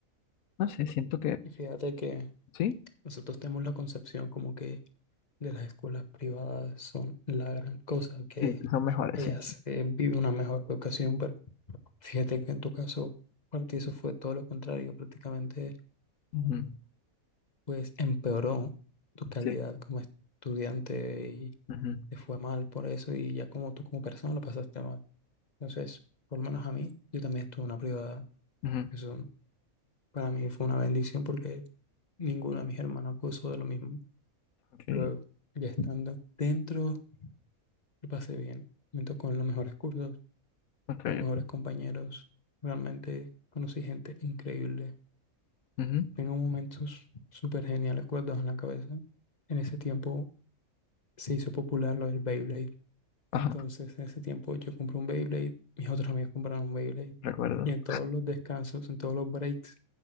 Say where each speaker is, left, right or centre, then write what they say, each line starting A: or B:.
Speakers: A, on the left; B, on the left.
A: no sé, siento que
B: Y fíjate que
A: sí,
B: nosotros tenemos la concepción como que de las escuelas privadas son la gran cosa, que
A: sí, que son mejores,
B: ellas
A: sí. sí.
B: eh, viven una mejor educación, pero fíjate que en tu caso, para ti eso fue todo lo contrario, prácticamente
A: Ujú,
B: pues empeoró tu calidad
A: Sí.
B: como estudiante y
A: ujú,
B: te fue mal por eso y ya como tú como persona lo pasaste mal. Entonces, por lo menos a mí, yo también estuve en una privada.
A: ujú,
B: Eso para mí fue una bendición porque ninguno de mis hermanos gozó de lo mismo.
A: Ok,
B: Luego, ya estando dentro, lo pasé bien. Me tocó en los mejores cursos,
A: ok.
B: los mejores compañeros. Realmente conocí gente increíble.
A: ujú,
B: Tengo momentos súper geniales guardados en la cabeza. En ese tiempo se hizo popular lo del Beyblade.
A: Ajá,
B: Entonces, en ese tiempo yo compré un Beyblade, mis otros amigos compraron un Beyblade.
A: recuerdo.
B: Y en todos los descansos, en todos los breaks,